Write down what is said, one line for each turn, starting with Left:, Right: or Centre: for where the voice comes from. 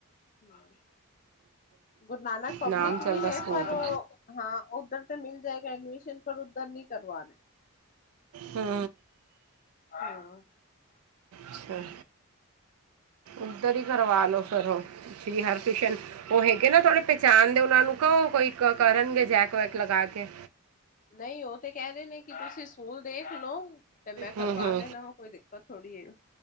Left: ਹੂੰ, ਗੁਰੂ ਨਾਨਕ ਪਬਲਿਕ
Right: ਨਾਮ ਚੱਲਦਾ
Left: ਵੀ ਹੈ,
Right: ਸਕੂਲ
Left: ਪਰ
Right: ਦਾ
Left: ਓ ਹਾਂ ਓਧਰ ਤੇ ਮਿਲ ਜਾਏਗਾ ਐਡਮਿਸ਼ਨ, ਪਰ ਓਧਰ ਨੀ ਕਰਵਾਨਾ।
Right: ਹੂੰ
Left: ਹਾਂ
Right: ਅੱਛਾ ਓਧਰ ਈ ਕਰਵਾ ਲੋੋ ਫੇਰ ਹੁਣ ਸ਼੍ਰੀ ਹਰਕ੍ਰਿਸ਼ਨ ਓ ਹੈਗੇ ਨਾ ਤਾਡੇ ਪੈਚਾਣ ਦੇ ਓਨਾਂ ਨੂੰ ਕਓ ਕੋਈ ਕਰਨਗੇ ਜੈਕ ਵੈਕ ਲਗਾ ਕੇ।
Left: ਨਈ ਓ ਤੇ ਕੈ ਰੈ ਨੇ ਕੀ ਤੁਸੀਂ ਸੂਲ ਦੇਖ ਲੋ। ਤੇ ਮੈਂ ਕਰਵਾ
Right: ਹੂੰ ਹੂੰ
Left: ਦੇਣਾ ਵਾ ਕੋਈ ਦਿੱਕਤ ਥੋੜ੍ਹੀ ਏ।